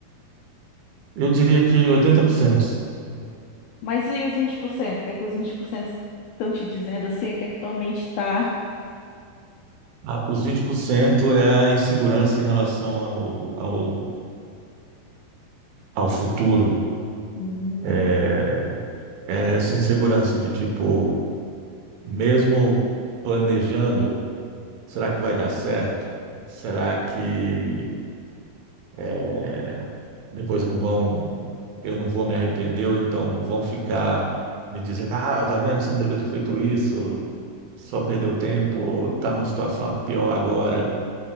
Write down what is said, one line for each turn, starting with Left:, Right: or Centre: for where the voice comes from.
Right: Eu diria que oitenta por cento
Left: Mas e os 20%? O que é que os 20% estão te dizendo assim? O que é que tua mente tá?
Right: Ah, os 20% é a insegurança em relação ao, ao, ao futuro.
Left: Hum.
Right: É, é essa insegurança de tipo, mesmo planejando, será que vai dar certo? Será que é, depois não vão, eu não vou me arrepender, ou então vão ficar me dizendo, ah, tá vendo, você não devia ter feito isso, só perdeu tempo, tá numa situação pior agora.